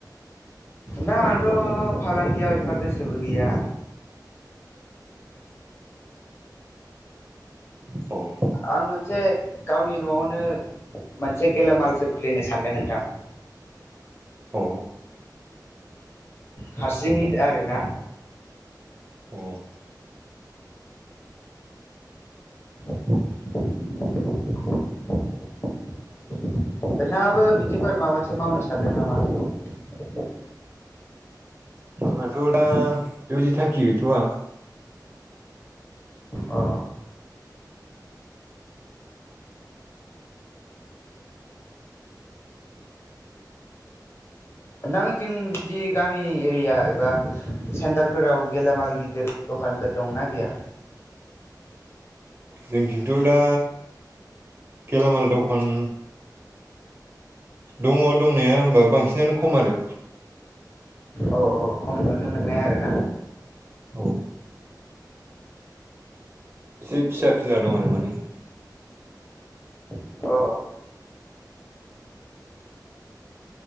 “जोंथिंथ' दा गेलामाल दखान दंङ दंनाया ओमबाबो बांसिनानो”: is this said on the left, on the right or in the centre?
Right